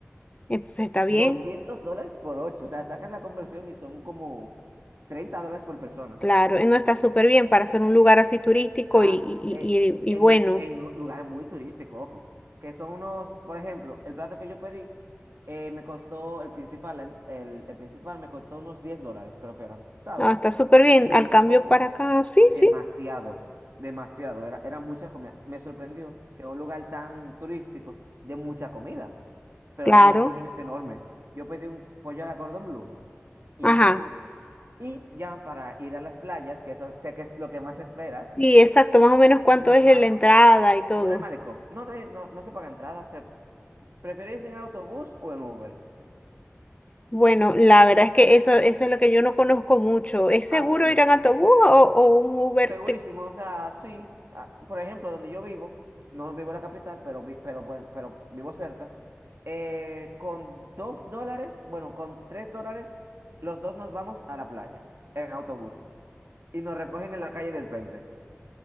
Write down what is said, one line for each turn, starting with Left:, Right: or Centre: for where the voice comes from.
Left: entonces está bien,
Right: doscientos dólares por 8, o sea, sacas la conversión y son como 30 dólares por persona.
Left: claro, eh, no está súper bien para ser un lugar así turístico
Right: está,
Left: y, y,
Right: eh,
Left: y,
Right: y
Left: y
Right: en,
Left: y bueno,
Right: el- en lu- lugares muy turísticos, ojo, que son unos, por ejemplo, el plato que yo pedí eh, me costó, el principal, en- el, el principal me costó unos 10 dólares, creo que eran, ¿sabes?
Left: no, está súper bien.
Right: Y
Left: Al cambio
Right: ojo,
Left: para acá, sí,
Right: demasiados,
Left: sí,
Right: demasiado, era, era mucha comida. Me sorprendió que en un lugar tan turístico de mucha comida, pero
Left: claro,
Right: dan unas porciones enormes. Yo pedí un pollo a la cordon bleu, increíble.
Left: ajá,
Right: Y ya para ir a las playas, que eso sé que es lo que más esperas,
Left: y exacto, más o menos cuánto
Right: nos
Left: es
Right: vamos,
Left: la entrada y todo.
Right: no en el malecón. No, no, no, no se paga entrada, se... ¿Preferís en autobús o en Uber?
Left: Bueno, la verdad es que eso, eso es lo que yo no conozco mucho. ¿Es
Right: Ah,
Left: seguro
Right: bueno,
Left: ir en autobús o, o un Uber?
Right: segurísimo,
Left: te-
Right: o sea, sí, ah, por ejemplo, donde yo vivo, no vivo en la capital, pero, vi- pero, pueden- pero vivo cerca, eh, con dos dólares, bueno, con tres dólares, los dos nos vamos a la playa, en autobús, y nos recogen en la calle del frente,